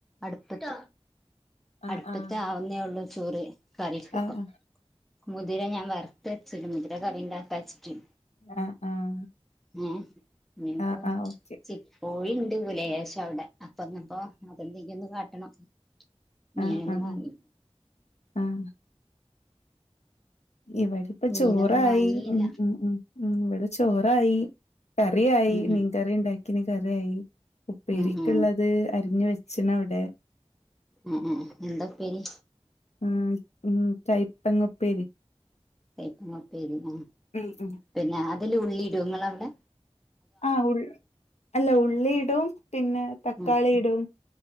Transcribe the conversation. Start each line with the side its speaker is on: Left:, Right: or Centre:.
Centre: അടുപ്പത്ത്
Left: ആഹ്
Centre: അടുപ്പത്ത്
Left: ആഹ്
Centre: ആവുന്നേ ഉള്ള് ചോറ് കറിക്ക്
Left: ആഹ്
Centre: ഇപ്പ മുതിര ഞാൻ വറുത്തെച്ചല്ല മുതിര കറിണ്ടാക്കാ വെച്ചിട്ട്
Left: ആഹ് ആഹ്
Centre: ങ്ങേ ഇനിപ്പോ
Left: ആഹ് ആഹ് ഓക്കെ
Centre: ചി കോഴിണ്ട് ലേശം അവിടെ അപ്പൊന്നപ്പോ അതെന്തെങ്കും ഒന്ന് കാട്ടണം മീനന്നും
Left: ആഹ് ആഹ്
Centre: വാങ്ങി
Left: ആഹ് ഇവിടിപ്പം
Centre: മീനൊന്നും
Left: ചോറായി
Centre: വാങ്ങിയില്ല
Left: ആഹ് ആഹ് ആഹ് ഇവിടെ ചോറായി കറിയായി
Centre: ഉം
Left: മീൻകറി ഇണ്ടാക്കിന് കറിയായി ഉപ്പേരിക്ക്ള്ളത്
Centre: ഉം ഉം
Left: അരിഞ്ഞ് വെ ച്ഛന അവിടെ
Centre: ഉം ഉം എന്താ ഉപ്പേരി
Left: ഉം ഉം കൈപ്പങ്ങ്പ്പേരി
Centre: കൈപ്പങ്ങ്പ്പേരി ആഹ്
Left: ഉം ഉം
Centre: പിന്നെ ആതില് ഉള്ളി ഇടുവോ നിങ്ങളവിടെ
Left: ആഹ് ഉ അല്ല ഉള്ളിയിടും പിന്നെ തക്കാളി
Centre: ഉം
Left: ഇടും